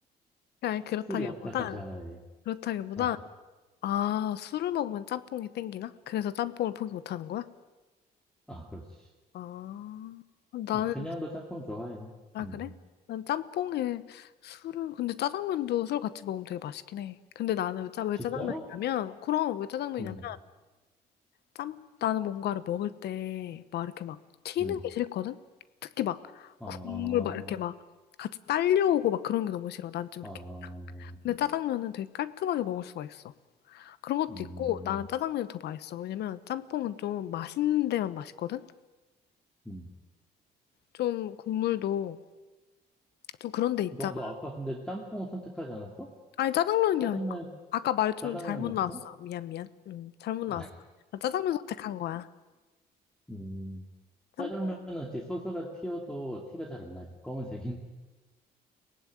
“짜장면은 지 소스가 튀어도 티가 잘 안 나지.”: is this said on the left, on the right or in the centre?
Centre